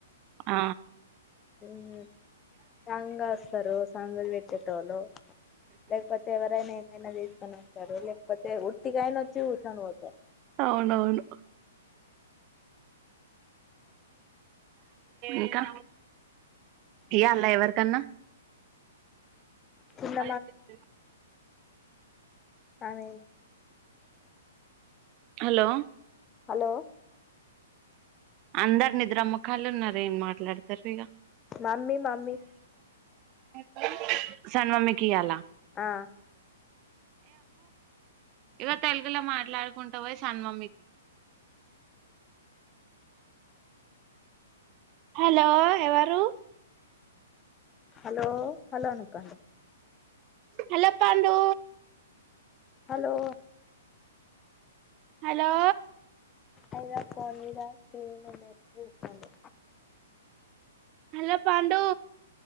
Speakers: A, on the right (about 35°); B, on the left (about 20°).
A: ఆ
B: ఉమ్ సాంగా వస్తారు సాంగలు పెట్టేటోళ్ళు లేకపోతే, ఎవరైనా ఏమైనా తీసుకొని వస్తారు. లేకపోతే ఉట్తికైనా వచ్చి చూ స్తాండు ఒకే
A: అవునవును ఇంకా ఇయాల్లన ఎవరకన్నా
B: చిన్న
A: ఆయితే <inaudible>
B: కామి
A: హలో
B: హలో
A: అందరు నిద్ర ముఖాలు ఉన్నారు ఏం మాట్లాడతారు ఇక
B: మమ్మీ మమ్మీ
A: <unintelligible> సన్మమికి ఇయాలా
B: ఆ
A: ఇక తెలుగులో మాట్లాడుకుంటావ సన్మమ్మికి హలో ఎవరు
B: హలో హలో అను అక్క
A: హలో పండు
B: హలో
A: హలో
B: అఐవా ఫోర్మలో స్్రీన్ ఉన్నేటి జూవంది
A: హలో పండు